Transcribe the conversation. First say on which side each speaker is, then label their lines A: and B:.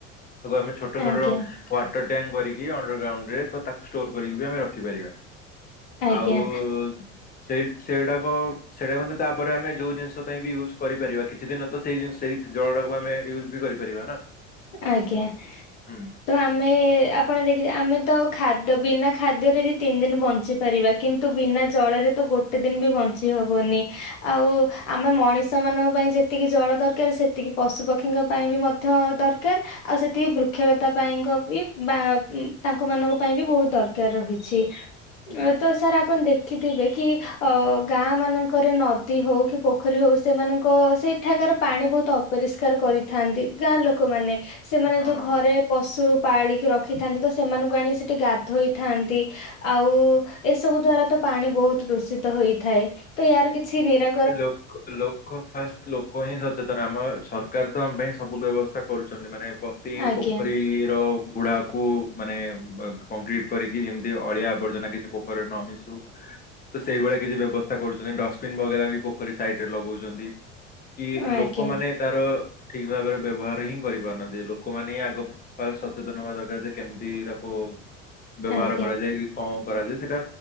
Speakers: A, on the left; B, on the left.
A: ତାକୁ ଆମେ ଛୋଟ ଛୋଟ
B: ଆଜ୍ଞା।
A: ୱାଟର ଟ୍ୟାଙ୍କ କରିକି ଅଣ୍ଡର ଗ୍ରାଉଣ୍ଡରେ ତ ତାକୁ ଷ୍ଟୋର କରି ବି ଆମେ ରଖିପାରିବା।
B: ଆଜ୍ଞା
A: ଆଉ ସେ ସେଡାକ ସେଇଟା ମଧ୍ୟ ତାପରେ ଆମେ ଯୋଉ ଜିନିଷ ପାଇଁ ବି ୟୁଜ୍ କରିପାରିବା କିଛି ଦିନ ତ ସେଇ ଜିନି ସେଇ ଜଳଟାକୁ ଆମେ ୟୁଜ୍ ବି କରି କରିବା ନା।
B: ଆଜ୍ଞା
A: ହୁଁ
B: ତ ଆମେ ଆପଣ ଦେଖ ଆମେ ତ ଖାଦ ବିନା ଖାଦ୍ୟରେ ଦି ତିନି ଦିନି ବଞ୍ଚି ପାରିବା କିନ୍ତୁ ବିନା ଜଳରେ ତ ଗୋ ଟେ ଦିନ ବି ବଞ୍ଚି ହବନି ଆଉ ଆମେ ମଣିଷ ମାନଙ୍କ ପାଇଁ ଯେତିକି ଜଳ ଦରକାର ସେ ସେତିକି ପଶୁପକ୍ଷୀଙ୍କ ପାଇଁ ବି ମଧ୍ୟ ଦର କାର ଆଉ ସେତିକି ବୃକ୍ଷଲତା ପାଇଁଙ୍କ ବି ବା ତାଙ୍କ ମାନଙ୍କ ପାଇଁ ବି ବହୁତ ଦରକାର ରହିଛି।
A: ହୁଁ
B: ତ ସାର୍ ଆଣ ଦେଖ ଦେଖିଥିବେ କି ଅ ଗାଁ ମାନଙ୍କରେ ନଦୀ ହଉ କି ପୋଖରୀ ହଉ ସେମାନଙ୍କ ସେଇ ଏଠାକାର ପାଣି ବହୁତ ଅପରିଷ୍କାର କରିଥାନ୍ତି ଗାଁ ଲୋକମାନେ ସେମାନେ
A: ହଁ
B: ଯଉ ଘରେ ପଶୁ ପାଳିକି ରଖିଥାନ୍ତି ତ ସେମାନଙ୍କୁ ଆଣି ସେଠି ଗାଧୋଇଥାନ୍ତି। ଆଉ ଏସବୁ ଦ୍ଵାରା ତ ପାଣି ବହୁତ ଦୂଷିତ ହୋଇଥାଏ ତ ୟାର କିଛି ନିରା
A: ଲୋ ଲୋକ ଫାଷ୍ଟ ଲୋକ ହିଁ ସଚେ ତ ଆମ ସରକାର ତ ଆମ ପାଇଁ ସବୁ ବ୍ୟବସ୍ଥା କରୁଛନ୍ତି ମାନେ ପ୍ରତି
B: ଆଜ୍ଞା
A: ପୋଖରୀର ଗୁଡାକୁ ମାନେ କଂକ୍ରିଟ କରିକି ଯେମିତି ଅଳିଆ ଆବର୍ଜନା କିଛି ପୋଖରୀରେ ନ ମିଶୁ ତ ସେଇଭଳିଆ କିଛି ବ୍ୟବସ୍ଥା କରୁଛନ୍ତି ଡଷ୍ଟବିନ ବଗେରା ବି ପୋଖରୀ ସାଇଟରେ ଲଗଉଛନ୍ତି କି
B: ଆଜ୍ଞା
A: ଲୋକମାନେ ତାର ଠିକ ଭାବରେ ବ୍ୟବହାର ହିଁ କରିପାରୁନାହାଁନ୍ତି ଲୋକମାନେ ହିଁ ଆଗ ବା ସଚେତନ ହବା ଦରକାର ଯେ କେମିତି ତାକୁ ବ୍ୟବହାର
B: ଆଜ୍ଞା।
A: କରାଯାଏ କି କଣ କରାଯାଏ ସେଇଟା